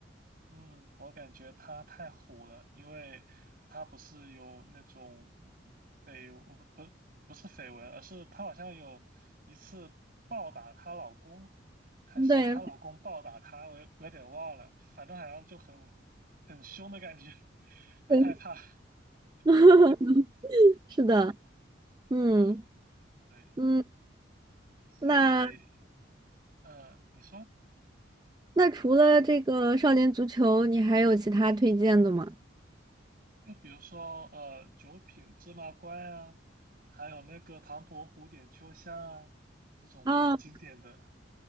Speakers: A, on the right (about 50°); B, on the right (about 20°).
A: 嗯，我感觉他太虎了，因为他不是有那种绯不不不是绯闻，而是他好像有一次暴打她老公，还是她老公暴打她，
B: 嗯对
A: 我也我有点忘了，反正好像就很很凶的感觉，<laughs> 很害怕。
B: 对，
A: <laughs>
B: <laughs> 是的，嗯
A: 嗯，对，
B: 嗯，
A: 所以
B: 那。
A: 嗯，你说。
B: 那除了这个少年足球，你还有其他推荐的吗？
A: 就比如说，呃，九品芝麻官啊，还有那个唐伯虎点秋香啊，这种比较经典的。
B: 啊，